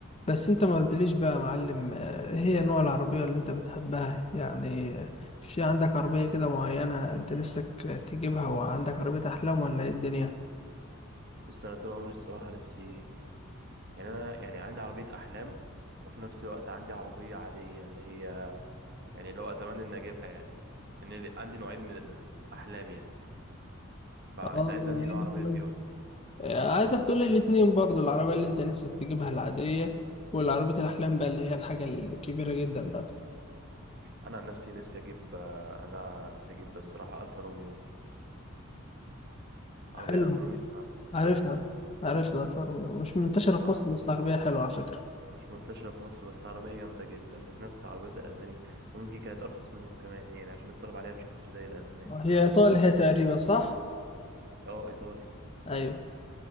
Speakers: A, on the left; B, on the right.
A: بس انت ما قلتليش بقى يا معلم آه، هي نوع العربية اللي انت بتحبها يعني آه، في عندك عربية كده معينة انت نفسك آه، تجيبها وعندك عربية احلام ولا ايه الدنيا
B: بص انا طول عمري الصراحه نفسي يعني انا يعني عندي عربيه احلام وفي نفس الوقت عندي عربيه عاديه اللي هي يعني اللي هو اتمنى ان اجيبها يعني لان عندي نوعين من الاحلام يعني فانت
A: اه
B: عايز
A: زي
B: انهي
A: ايه
B: نوع
A: مثلا
B: عربيه فيهم
A: آه، عايزك تقولي الاتنين برضو العربية اللي انت نفسك تجيبها العادية والعربية الأحلام بقى اللي هي الحاجة الكبيرة جدا بقى
B: انا عن نفسي نفسي اجيب آه، انا نفسي اجيب الصراحه الفا روميو عربيه
A: حلو
B: الفا روميو اسمها
A: عارفها
B: عارفها
A: عارفها الفورمولا مش منتشرة في
B: ع-
A: مصر بس عربية حلوة على فكرة
B: مش منتشره في مصر بس عربيه جامده جدا بتنافس عربيات الالماني وممكن كانت ارخص منهم كمان يعني عشان الطلب عليها مش كتير زي الالماني فعشان
A: هي إيطالي
B: كده ارخص
A: هي تقريبا صح؟
B: اه ايطالي
A: أيوه